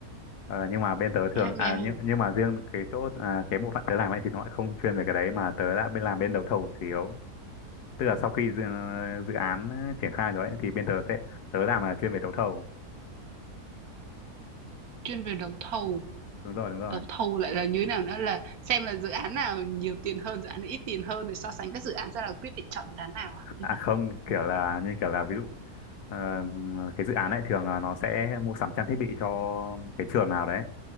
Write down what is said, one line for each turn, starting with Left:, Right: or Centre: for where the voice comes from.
Left: Ờ, nhưng mà bên tớ thường
Right: nghe hay
Left: à
Right: nghe hay
Left: nhưng,
Right: nhỉ?
Left: nhưng mà riêng cái chỗ à, cái bộ phận tớ làm ấy thì nó lại không chuyên về cái đấy mà tớ đã bên làm bên đấu thầu chủ yếu tức là sau khi dự, dự án triển khai rồi ấy, thì bên tớ sẽ tớ làm là chuyên về đấu thầu
Right: Chuyên về đấu thầu,
Left: đúng rồi đúng rồi
Right: đấu thầu lại là như thế nào nữa là xem là dự án nào nhiều tiền hơn, dự án nào ít tiền hơn rồi so sánh các dự án ra là quyết định chọn dự án nào à? Hay
Left: à
Right: sao?
Left: không kiểu là như kiểu là ví dụ ờ, cái dự án ấy thường là nó sẽ mua sắm trang thiết bị cho cái trường nào đấy